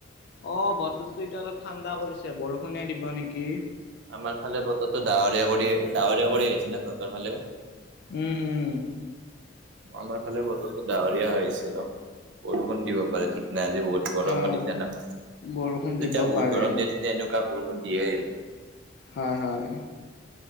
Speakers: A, on the left; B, on the right.
A: অ বতৰটো এতিয়া অলপ ঠাণ্ডা কৰিছে বৰষুণে দিব নেকি?
B: আমাৰফালে বতৰটো ডাৱৰীয়া কৰি ডাৱৰীয়া কৰি আহিছে ন তহ‍ঁতৰ ফালেও? <unintelligible>
A: উম-উম
B: আমাৰফালে বতৰটো ডাৱৰীয়া হৈছিল বৰষুণ দিব পাৰে ঠিক নাই আজি বহুত গৰমো
A: আহ
B: দিছে ন <inaudible>
A: বৰষুণ দিব
B: যেতিয়া বহুত
A: পাৰে
B: গৰম দিয়ে তেতিয়া এনেকা <unintelligible> বৰষুণ দিয়ে।
A: হয়-হয়।